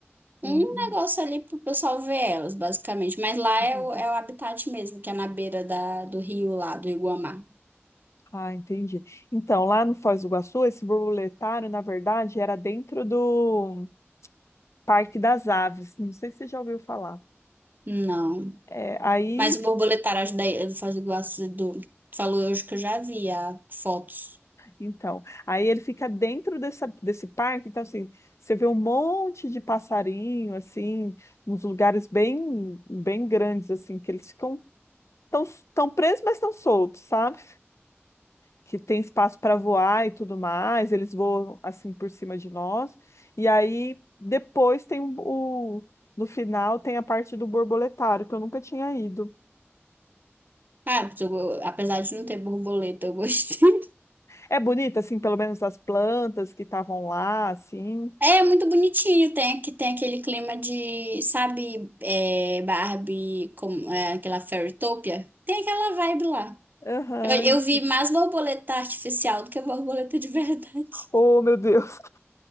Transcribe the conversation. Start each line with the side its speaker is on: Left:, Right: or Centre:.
Left: hum,
Right: Um
Left: hum.
Right: negócio ali pro pessoal ver elas, basicamente. Mas lá
Left: Entendi.
Right: é o, é o habitat mesmo, que é na beira da, do rio lá, do Iguamá.
Left: Ah, entendi. Então, lá no Foz do Iguaçu, esse borboletário, na verdade, era dentro do Parque das Aves. Não sei se você já ouviu falar.
Right: Não.
Left: É, aí,
Right: Mas o borboletário da Ilha do Fazendo do Tu falou hoje que eu já vi ah, fotos.
Left: então, aí ele fica dentro dessa, desse parque, então assim, você vê um monte de passarinho, assim, nos lugares bem, bem grandes, assim, que eles ficam estão estão presos, mas estão soltos, sabe? Que tem espaço para voar e tudo mais, eles voam assim por cima de nós. E aí depois tem o, o- no final tem a parte do borboletário que eu nunca tinha ido.
Right: Ah, porque eu- apesar de não ter borboleta, eu gostei. <laughs>
Left: É bonita assim, pelo menos as plantas que estavam lá, assim.
Right: É muito bonitinho, tem, aqui- tem aquele clima de, sabe, é, Barbie, com, é, aquela Fairytopia? Tem aquela vibe lá.
Left: Aham.
Right: Eu, eu vi mais borboleta artificial do que borboleta de verdade.
Left: Oh, meu Deus.